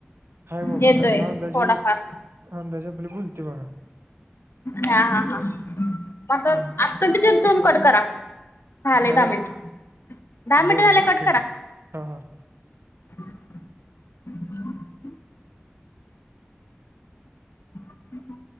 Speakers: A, on the right (about 75°); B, on the left (about 80°).
A: हाय बाबा
B: येतोय
A: मी आपला अंदाजे,
B: थोडाफार
A: अंदाजे आपली बोलते बघा.
B: हा हा हा म. <unintelligible>
A: हम्म.
B: तुम्ही तिथून कट करा, झाले
A: काय
B: दहा
A: आले
B: मिनिट दहा मिनिट
A: बरं
B: झाले
A: बरं
B: कट
A: ठीक
B: करा
A: आहे, हा हा.
B: <inaudible> हम्.